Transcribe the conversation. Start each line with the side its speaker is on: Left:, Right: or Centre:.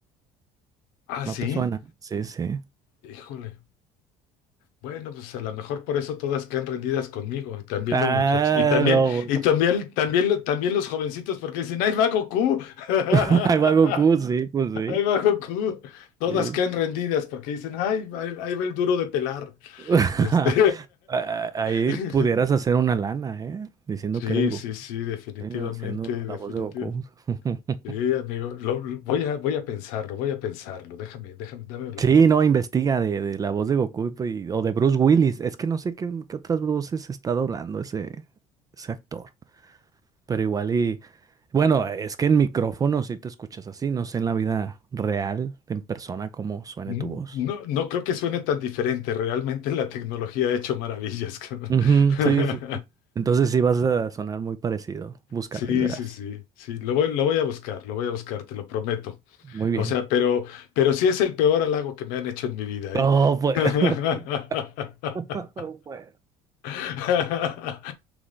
Left: Ah,
Right: ¿No
Left: sí,
Right: te suena? Sí, sí.
Left: híjole. Bueno, pues a lo mejor por eso todas quedan rendidas conmigo, y también
Right: Ah,
Left: los muchachos, y también,
Right: no.
Left: y también, también, lo- también los jovencitos, porque dicen, ¡ay, va Goku! <laughs>
Right: <laughs> Ahí va Goku, sí, pues sí.
Left: ¡Ay, va Goku! Todas
Right: Sí.
Left: quedan rendidas porque dicen, ¡ay, ahí ahí va el duro de pelar!
Right: <laughs>
Left: Este.
Right: Ah, Ahí
Left: <laughs>
Right: pudieras hacer una lana, ¿eh? Diciendo
Left: Sí,
Right: que eres Goku.
Left: sí, sí, definitivamente,
Right: Mira, haciendo
Left: definitivamente.
Right: la voz de Goku. <laughs>
Left: Sí, amigo, lo- lo- voy a, voy a pensarlo, voy a pensarlo. Déjame, déjame, dame la
Right: Sí,
Left: oportunidad.
Right: no, investiga de, de la voz de Goku y pues, y- o de Bruce Willis. Es que no sé qué, qué otras voces está doblando ese, ese actor. Pero igual y... Bueno, es que en micrófono sí te escuchas así. No sé en la vida real, en persona, cómo suene
Left: Mm,
Right: tu voz.
Left: No, no creo que suene tan diferente. Realmente la tecnología ha hecho maravillas. cabrón.
Right: Ujú,
Left: <laughs>
Right: sí, sí, sí. Entonces sí vas a sonar muy parecido. Búscalo
Left: Sí,
Right: y verás.
Left: sí, sí, sí. Lo voy, lo voy a buscar, lo voy a buscar, te lo prometo.
Right: Muy bien.
Left: O sea, pero, pero sí es el peor halago que me han hecho en mi vida,
Right: Oh,
Left: ¿eh?
Right: pues.
Left: <laughs>
Right: <laughs> No, pues.
Left: <laughs>